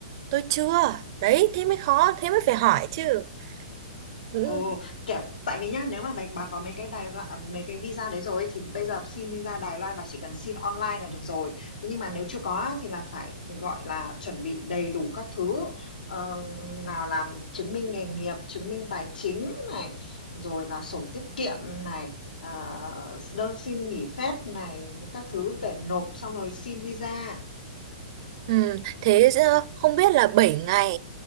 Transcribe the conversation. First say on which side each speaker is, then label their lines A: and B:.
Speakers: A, on the right; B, on the left.
A: Tôi chưa. Đấy, thế mới khó, thế mới phải hỏi chứ. Ừ.
B: Ồ, kiểu, tại vì nhá, nếu mà mày bà có mấy cái Đài Loan mấy cái visa đấy rồi ấy, thì bây giờ xin visa Đài Loan bà chỉ cần xin online là được rồi. Thế nhưng mà nếu chưa có á, thì là phải gọi là chuẩn bị đầy đủ các thứ Ờ, nào làm chứng minh nghề nghiệp, chứng minh tài chính này, rồi là sổ tiết kiệm này, ờ, đơn xin nghỉ phép này, các thứ để nộp xong rồi xin visa.
A: Ừ, thế ờ, không biết là 7 ngày